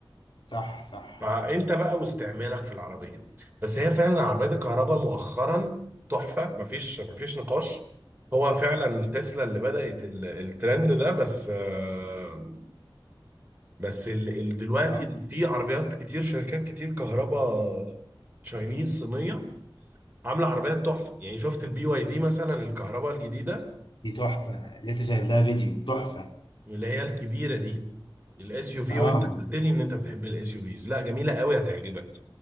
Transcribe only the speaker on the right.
بقى انت بقى واستعمالك في العربيه بس هي فعلا عربيات الكهرباء مؤخرا تحفه مفيش مفيش نقاش هو فعلا تسلا اللي بدأت ال- الترند ده بس آه، بس ال- ال- دلوقتي
في عربيات كتير شركات كتير كهرباء تشاينيز صينيه عامله عربيات تحفه يعني شفت البي واي دي مثلا الكهرباء الجديده
اللي هي الكبيره دي الاس يو في
وانت قلت لي ان انت بتحب الاس يو فيز لا جميله قوي هتعجبك